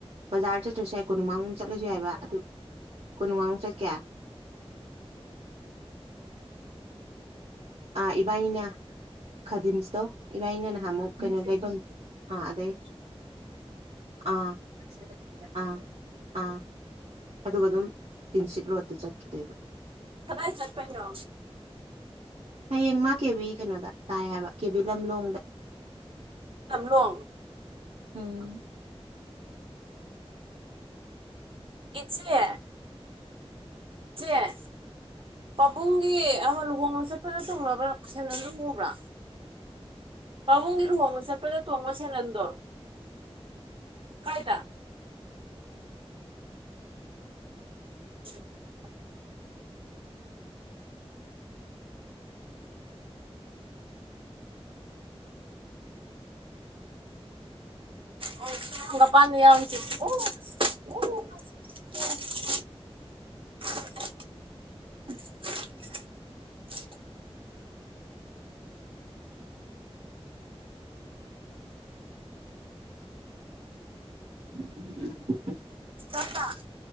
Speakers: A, on the right; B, on the right.
A: ꯕꯖꯥꯔ ꯆꯠꯇ꯭ꯔꯁꯨ ꯌꯥꯏ ꯀꯣꯅꯨꯡꯃꯥꯡ ꯆꯠ ꯆꯠꯂꯖꯨ ꯌꯥꯏꯕ ꯑꯗꯨ ꯀꯣꯅꯨꯡꯃꯡ ꯆꯠꯀꯦ ꯑꯥ ꯏꯕꯥꯟꯅꯤꯅ ꯈꯗꯤꯝꯁꯇꯣ ꯏꯕꯥꯟꯅꯤꯅ ꯅꯍꯥꯟꯃꯨꯛ ꯀꯩꯅꯣ ꯂꯩꯐꯝ ꯑꯥ ꯑꯗꯩ ꯑꯥ ꯑꯥ ꯑꯥ ꯑꯗꯨꯒ ꯑꯗꯨꯝ ꯇꯤꯟꯁꯤꯠ ꯔꯣꯠꯇ ꯆꯠꯈꯤꯗꯣꯏꯕ
B: ꯀꯗꯥꯏ ꯆꯠꯄꯩꯅꯣ
A: ꯍꯌꯦꯡ ꯃꯥ ꯀꯦꯕꯤ ꯀꯩꯅꯣꯗ ꯇꯥꯏ ꯍꯥꯏꯕ ꯀꯦꯕꯤ ꯂꯝꯂꯣꯡꯗ
B: ꯂꯝꯂꯣꯡ
A: ꯎꯝ
B: ꯏꯆꯦ ꯆꯦ ꯄꯥꯕꯨꯡꯒꯤ ꯑꯍ ꯂꯨꯍꯣꯡꯕ ꯆꯠꯄꯗ ꯇꯣꯡꯅꯕ ꯁꫭꯟꯗꯜꯗꫭ ꯎꯕ꯭ꯔꯥ ꯄꯥꯕꯨꯡꯒꯤ ꯂꯨꯍꫭꯡꯕ ꯆꯠꯄꯗ ꯇꫭꯡꯕ ꯁꯦꯟꯅꯗꫭ ꯀꯥꯏ‌ꯗ ꯎ <unintelligible> ꯑꫭ ꯁꯤ ꯍꯪꯒꯄꯥꯟꯗ ꯌꯥꯎꯔꯤꯖꯦ ‌ꯑꫭ ꯑꫭ <inaudible> <unintelligible>
A: <inaudible>
B: ꯆꯥꯛꯆ꯫